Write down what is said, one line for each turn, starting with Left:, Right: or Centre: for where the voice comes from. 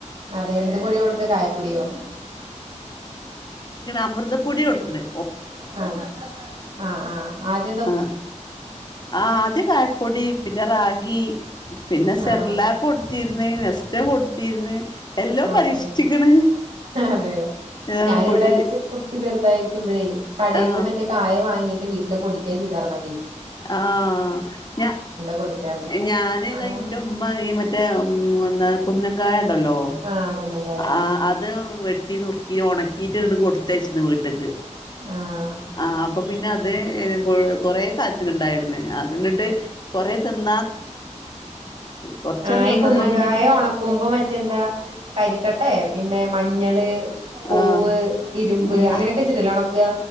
Right: അതെ എന്ത് പൊടിയോ കൊടുത്തെ കായപ്പൊടിയോ
Left: അമൃതൊടി കൊടുക്കണെ
Right: ആഹ ആഹ ആ്
Left: ആഹ ആ ആദ്യ ക പൊടി പിന്നെ റാഗി പിന്നെ സെർലക്ക്
Right: ആഹ്
Left: കൊടുത്തിരുന്ന ഇഷ്ട കൊടുത്തിരുന്ന് എല്ലാം
Right: അതെ
Left: പരീക്ഷിച്ചിക്കണ്
Right: അതെ
Left: ആ
Right: ഞാനിവിടെ
Left: പൊടി
Right: കുട്ടി ചെറുതായിരിക്കുമ്പഴേ കടയിൽ
Left: ആ
Right: നിന്ന് മറ്റേ കായ വാങ്ങിട്ട് വീട്ടില് പൊഡിക്യ ചെയ്താരന്നതി
Left: ആഹ ഞാ
Right: കൊടുക്കാന്ന്
Left: ഞാന് ഇതാ
Right: ആഹ്
Left: ഇറെ ഉമ്മ ഈ മറ്റേ ഉ എന്താ കുന്നൻകായ ണ്ടല്ലോ
Right: ആഹ് കുന്നംകായ
Left: ആ അത് വെട്ടി നുറുക്കി ഉണക്കിട്ട് ഇണ്ട് കൊടുത്തച്ചിന്ന് വീട്ടക്ക്
Right: ആഹ്
Left: ആ അപ്പൊ പിന്നെ അത് കൊറേ കാലത്തിനുണ്ടായിരുന്നു അത് ന്നട്ട് കൊറെ തന്ന കൊറച്ചേരം
Right: ആ
Left: തിന്നപ്പോ
Right: കുന്നങ്കായോ
Left: പിന്നെ
Right: ഉണക്കുമ്പോ മറ്റെന്താ കരിക്കട്ടെ പിന്നെ മഞ്ഞള് പൂവ്
Left: ആഹ്
Right: ഇരുമ്പ്
Left: ഉം
Right: അങ്ങനെയൊക്കെ ഇച്ചിട്ടല്ലോ ഉണക്കുക